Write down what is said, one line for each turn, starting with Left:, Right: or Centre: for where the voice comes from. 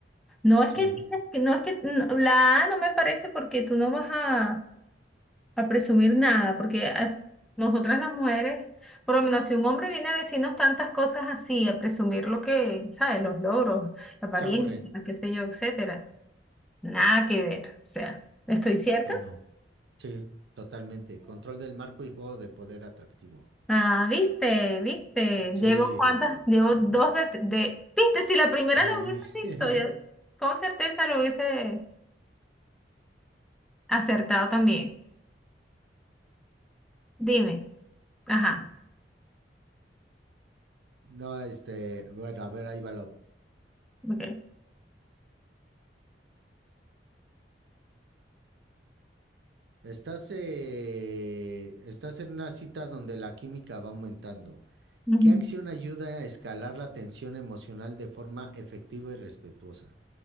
Centre: No es
Right: Sí.
Centre: que, tienes que- no es que, no, la A no me parece porque tú no vas a, a presumir nada, porque ah, nosotras las mujeres, por lo menos si un hombre viene a decirnos tantas cosas así, a presumir lo que, ¿sabes? Los logros, la apariencia,
Right: Se aburre
Centre: qué sé yo, etcétera. Nada que ver. O sea, ¿estoy cierta?
Right: Que no. Sí, totalmente. Control del marco y juego de poder atractivo.
Centre: Ah, viste, viste.
Right: Sí,
Centre: Llevo cuántas, llevo
Right: sí,
Centre: dos de, de- Viste, si la primera
Right: sí.
Centre: la hubiese visto,
Right: <laughs>
Centre: ya con certeza lo hubiese acertado también. Dime. Ajá.
Right: No, este, bueno, a ver, ahí va la otra.
Centre: Ok.
Right: Estás, eh, estás en una cita donde la química va aumentando.
Centre: Ujú,
Right: ¿Qué acción ayuda a escalar la tensión emocional de forma efectiva y respetuosa?